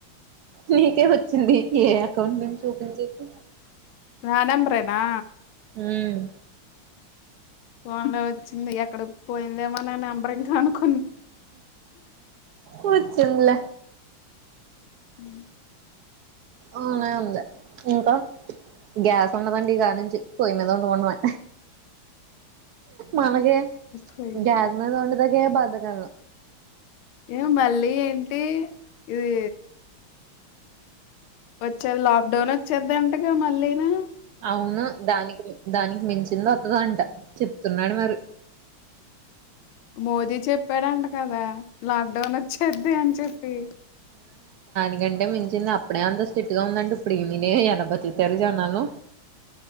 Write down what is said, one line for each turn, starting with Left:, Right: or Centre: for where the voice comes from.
Right: నీకే వచ్చింది ఏ అకౌంట్ నుంచి ఓపెన్ చేసి
Left: నా నెంబర్ ఏ నా
Right: ఉమ్
Left: ఫోన్ లో వచ్చింది ఎక్కడికి పోయిందేమో నా నంబర్ ఇంకా అనుక
Right: వచ్చింద్ల
Left: ఉమ్
Right: అవునా ఉంది ఇంకా గ్యాస్ ఉండదండి ఇక నుంచి పొయ్యి మీద వండుకోడమే మనకు
Left: పోయింది
Right: గ్యాస్ మీద వండితే <unintelligible> బాధ కను
Left: ఏ మళ్ళీ ఏంటి ఇది వచ్చేది లాక్డౌన్ వచ్చేదింటగా మళ్ళీనా
Right: అవును దానికి దానికి మించింది వత్తదంట చెప్తున్నాడు మరి
Left: మోదీ చెప్పాడంట కదా లాక్ డౌన్ వచ్చేద్ది అని చెప్పి
Right: ఎందుకంటే మించింది అప్పుడే అంత స్స్ట్రిక్ట్ గా ఉందండి ఇప్పుడు <unintelligible> ఎలా బతుకుతారు జనాలు